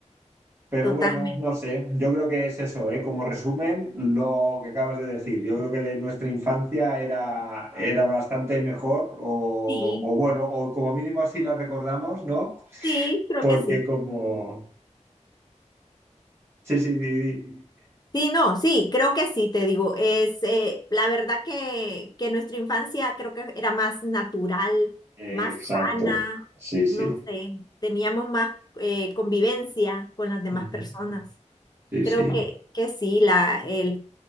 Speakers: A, on the right; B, on the left.
A: Pero
B: totalmente.
A: bueno, no sé, yo creo que es eso, ¿eh? Como resumen, lo que acabas de decir, yo creo que de nuestra infancia era, era bastante mejor o,
B: Sí,
A: o bueno, o como mínimo así la recordamos, ¿no?
B: sí, creo
A: Porque
B: que sí.
A: como... Sí, sí, sí, sí.
B: Sí, no, sí, creo que sí, te digo. Es eh, la verdad que, que nuestra infancia creo que era más natural,
A: Exacto,
B: más sana,
A: sí, sí.
B: no sé, teníamos más eh, convivencia con las demás
A: Ujú.
B: personas.
A: Sí,
B: Creo
A: sí.
B: que, que sí, la, el,